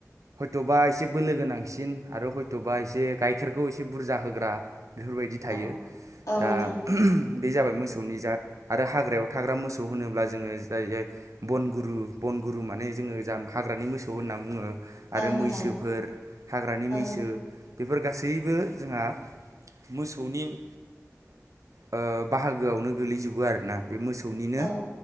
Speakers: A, on the right; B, on the left.
A: हयथ' बा इसे ए बोलोगोनांसिन आरो हयथ'बा इसे गाइखेरखौ इसे बुरजा होग्रा बेफोरबायदि थायो
B: औ औ
A: दा
B: नोंथां
A: <unintelligible> बे जाबाय मोसौनि जाद आरो हाग्रायाव थाग्रा मोसौ होनोब्ला जोङो जाय जाय बनगुरु ब अनगुरु माने जोङो जा हाग्रानि मोसौ होनना बुङो। आरो
B: औ नोंथां
A: मैसोफोर हाग्रानि
B: औ
A: मैसो बेफोर गासैबो जोंहा मोसौनि ओ ओ बाहागोआवनो गोलैजोबो आरोना। बे मोसौनिनो
B: औ